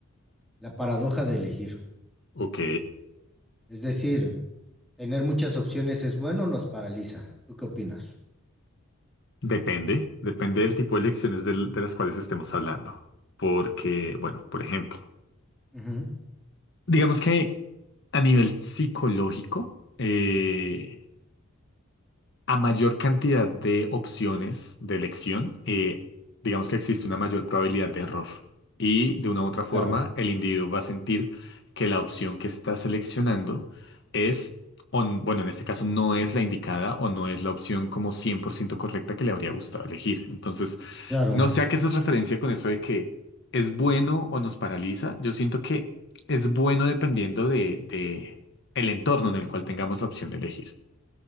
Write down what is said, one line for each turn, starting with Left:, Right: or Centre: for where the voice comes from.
Centre: la paradoja de elegir.
Left: Ok,
Centre: Es decir, tener muchas opciones es bueno o nos paraliza. ¿Tú qué opinas?
Left: depende, depende del tipo de lecciones del- de las cuales estemos hablando. Porque, bueno, por ejemplo,
Centre: Ujú,
Left: digamos que a nivel psicológico, eh, A mayor cantidad de opciones de elección, eh, digamos que existe una mayor probabilidad de error. Y de una u otra forma,
Centre: Claro,
Left: el individuo va a sentir que la opción que está seleccionando es, o n- bueno, en este caso no es la indicada o no es la opción como 100% correcta que le habría gustado elegir. Entonces,
Centre: claro.
Left: no sé a qué haces referencia con eso de que es bueno o nos paraliza. Yo siento que es bueno dependiendo de, de el entorno en el cual tengamos la opción de elegir.